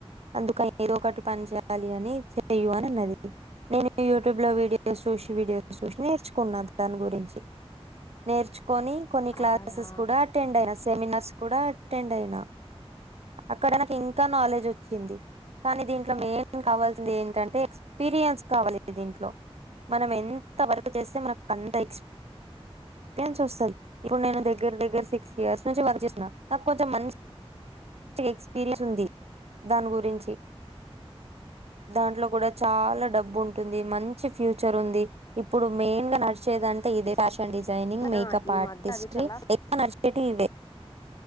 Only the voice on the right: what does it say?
అందుక ఏదో ఒకటి పని చేయాలి అని చేయు అని అన్నది నేను యూట్యూబ్ లో వీడియోస్ చూసి వీడియోస్ చూసి నేర్చుకున్నాను దాని గురించి నేర్చు కొని కొన్ని క్లాసెస్
కూడా అటెండ్ అయిన సెమినార్ ఇస్ కూడా అటెండ్ అయినా అక్కడ నాకు ఇంకా నాలెడ్జ్ వచ్చింది కానీ దీంట్లో మెయిన్ కావాల్సింది ఏంటంటే ఎక్స్పీరియన్స్ కావాలి దీంట్లో మనం ఎంత వర్క్ చేస్తే మనకు అంత ఎక్స్పెన్స్ వస్తది ఇప్పుడు నేను దగ్గర దగ్గర సిక్స్ ఇయర్స్ నుంచి వర్క్ చేసిన నాకు కొంచెం మంచి టి ఎక్స్పీరియన్స్ ఉంది దాని గురించి దాంట్లో కూడా చాలా డబ్బు ఉంటుంది మంచి ఫ్యూచర్ ఉంది ఇప్పుడు మెయిన్ గా నడిచేది అంటే ఇదే ఫ్యాష టను డిజైనింగ్ మేకప్
ఆర్టిస్ట్
ఎప్పనర్షు ఏటీందే